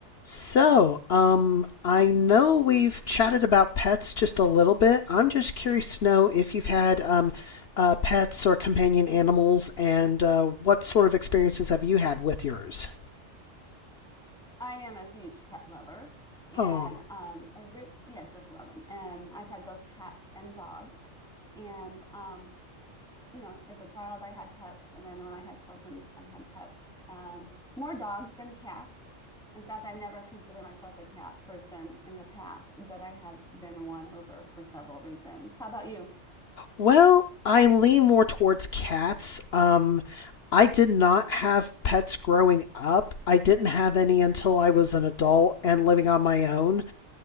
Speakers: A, on the left; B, in the centre.
A: So, um, I know we've chatted about pets just a little bit. I'm just curious to know if you've had um, uh, pets or companion animals, and uh, what sort of experiences have you had with yours?
B: I am a huge pet lover and
A: Oh,
B: um a ri- yeah, just love them. And I've had both cats and dogs. And um, you know, as a child I had pets and then when I had children I had pets. Um more dogs than cats. In fact, I never considered myself a cat person in the past, but I have been won over for several reasons. How about you?
A: well, I lean more towards cats. Um, I did not have pets growing up. I didn't have any until I was an adult and living on my own.